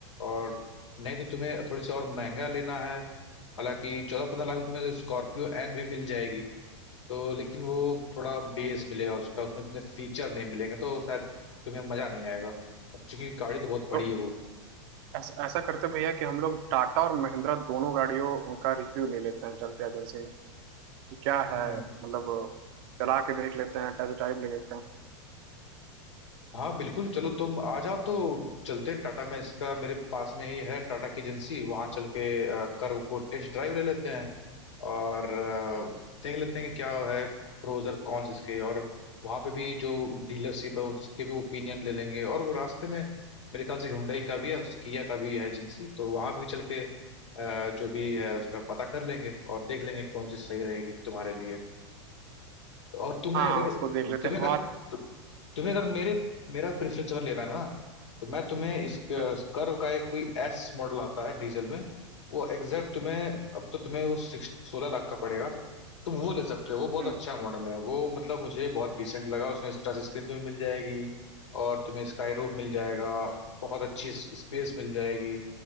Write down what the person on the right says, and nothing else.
तो
ऐसा ऐसा करते भैया कि हम लोग टाटा और महिंद्रा दोनों गाड़ियों का रिव्यू ले लेते हैं चल के एजेंसी में कि क्या है
मतलब चला के देख लेते हैं टेस्ट ड्राइव ले लेते हैं
हाँ
हाँ उसको देख लेते
हैं और
हम्म
हम्म